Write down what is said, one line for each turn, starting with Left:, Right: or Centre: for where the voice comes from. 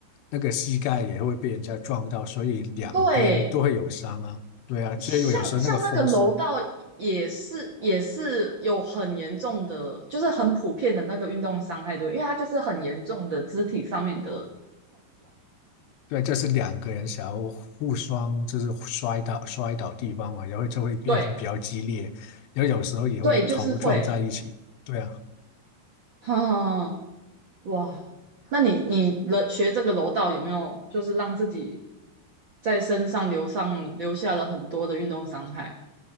Left: 那个膝盖也会被人家撞到，所以两边都会有伤啊。
Right: 对，
Left: 对啊，
Right: 像像那个楼道也是也是有很严重的，
Left: 所以有时候那个风湿，
Right: 就是很普遍的那个运动伤害，对，因为它就是很严重的肢体上面的，
Left: 对，这是两个人想要互双，就是摔倒摔倒地方嘛，然后就会变成比较激烈，
Right: 对
Left: 然后有时候也会头撞在一起。
Right: 对，就是会，
Left: 对啊。
Right: <laughs> 哼、哇，那你你了学这个柔道有没有就是让自己在身上留上留下了很多的运动伤害啊